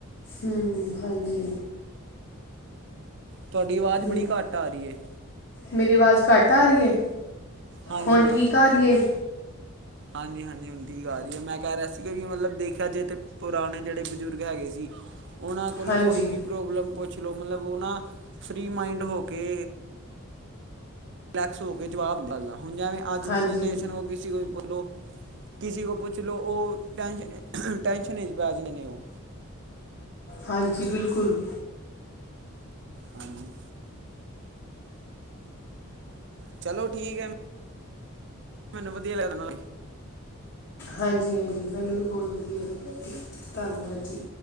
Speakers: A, on the left (about 50°); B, on the right (about 55°).
A: ਹੂੰ ਹਾਂਜੀ
B: ਤੁਹਾਡੀ ਆਵਾਜ਼
A: ਬਿਲ
B: ਬੜੀ ਘੱਟ ਆ ਰਹੀ ਹੈ।
A: ਮੇਰੀ ਆਵਾਜ਼ ਘੱਟ ਆ ਰਹੀ ਏ।
B: ਹਾਂਜੀ
A: ਹੁਣ ਠੀਕ ਆ ਰਹੀ ਏ।
B: ਹਾਂਜੀ, ਹਾਂਜੀ ਹੁਣ ਠੀਕ ਆ ਰਹੀ ਏ। ਮੈਂ ਕਹਿ ਰਿਹਾ ਸੀ, ਕਿ ਵੀ ਮਤਲਬ ਦੇਖਿਆ ਜੇ ਤੇ ਪੁਰਾਣੇ, ਜਿਹੜੇ ਬਜ਼ੁਰਗ ਹੈਗੇ ਸੀ। ਉਹਨਾਂ ਕੋਲੋਂ
A: ਹਾਂਜੀ
B: ਕੋਈ ਵੀ ਪ੍ਰੋਬਲਮ ਪੁੱਛ ਲਓ। ਮਤਲਬ ਉਹ ਨਾ ਫਰੀ ਮਾਈਂਡ ਹੋ ਕੇ। ਰਿਲੈਕਸ ਹੋ ਕੇ ਜਵਾਬ ਹੁੰਦਾ ਸੀਗਾ, ਹੁਣ ਜਿਵੇਂ ਅੱਜ
A: ਹਾਂਜੀ
B: ਦੀ ਜਨਰੇਸ਼ਨ ਉਹ ਕਿਸੇ ਕੋਲ ਵੀ ਪੁਛਲੋ। ਕਿਸੀ ਕੋਲ ਪੁੱਛ ਲਓ। ਉਹ ਟੈਂਸ਼ਨ ਟੈਂਸ਼ਨ 'ਚ ਪੈ ਜਾਂਦੇ ਉਹ।
A: ਹਾਂਜੀ, ਬਿਲਕੁਲ।
B: ਹੂੰ <inaudible> ਚਲੋ ਠੀਕ ਹੈ। ਮੈਨੂੰ ਵਧੀਆ ਲਗਨਾ।
A: ਹਾਂਜੀ, ਹਾਂਜੀ ਮੈਨੂੰ ਵੀ ਬਹੁਤ ਵਧੀਆ ਲੱਗਿਆ ਊਕੇ ਧੰਨਵਾਦ ਜੀ।